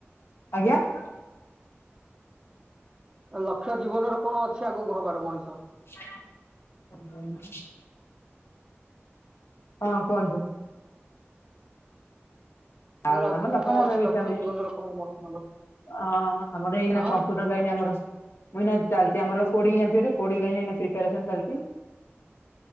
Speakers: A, on the left; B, on the right.
A: ଆଜ୍ଞା?
B: ଲକ୍ଷ୍ୟ ଜୀବନର କଣ ଅଛି ଆଗକୁ ହବାର ମଣିଷ?
A: ହ ହଁ କୁହନ୍ତୁ।
B: ମୁଁ
A: ଆଉ
B: କହିଲି ଆଗକୁ
A: ଆମମାନେ ଲକ୍ଷ୍ମଣମୟ
B: କଣ ଅଛି
A: ହେଇଚୁ
B: ଲକ୍ଷ୍ୟ
A: ଆମେ।
B: ଜୀବନର କଣ ମଣିଷ
A: ଆଁ ବୋଧେ ଏଇନା
B: ଆଁ
A: କମ୍ପୁଟ୍ ବେଲାଇନି ଆମର। ଏଇନା ଚାଲଚି ଆମର କୋଡିଂ ଜାଣିଥିବେ ତ କୋଡିଂ ଲାଇନ୍ ଏଇନା ପ୍ରିପେୟାରେସନ୍ ଚାଲଚି।